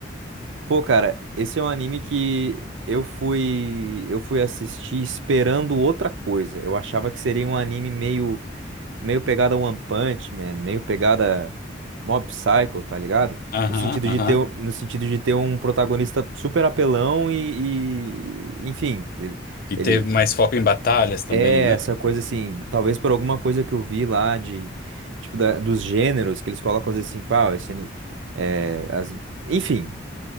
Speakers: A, on the right; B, on the left.
A: Pô, cara, esse é um anime que eu fui eu fui assistir esperando outra coisa. Eu achava que seria um anime meio meio pegada One Punch Man, meio pegada Mob Psycho, tá ligado?
B: Aham,
A: No sentido
B: aham.
A: de ter, um- no sentido de ter um protagonista super apelão e, e- enfim, ele
B: E
A: ele
B: teve mais foco em batalhas também,
A: é
B: né?
A: essa coisa assim, talvez por alguma coisa que eu vi lá de tipo da- dos gêneros que eles colocam às vezes assim, pá, esse ani- é, as- enfim.